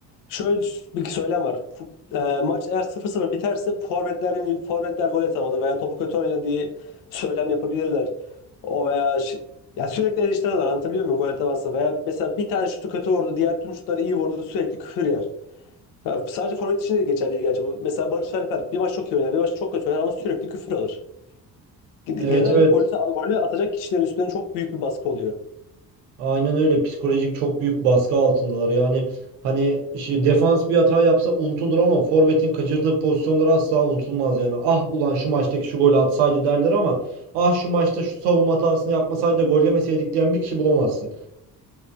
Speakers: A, on the left; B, on the right.
A: şöyle bir söylem var. Fu- e, maç eğer sıfır sıfır biterse forvetlerin forvetler gol atamadı veya topu kötü oynadı diye söylem yapabilirler. O veya şi- ya sürekli eleştiriyorlar anlatabiliyor muyum gol atamazsa veya mesela bir tane şutu kötü vurdu diğer tüm şutları iyi vurdu sürekli küfür yer. Ya sadece forvet için de geçerli değil gerçi. bu. Mesela Barış Alper bir maç çok iyi oynar bir maç çok kötü oynar ama sürekli küfür alır. Genel
B: Evet
A: olarak
B: evet.
A: golü, golü atacak kişilerin üstünden çok büyük bir baskı oluyor.
B: Aynen öyle. Psikolojik çok büyük baskı altındalar. Yani hani işte defans bir hata yapsa unutulur ama forvetin kaçırdığı pozisyonlar asla unutulmaz yani. Ah ulan şu maçtaki şu golü atsaydı derler ama ah şu maçta şu savunma hatasını yapmasaydı da gol yemeseydik diyen bir kişi bulamazsın.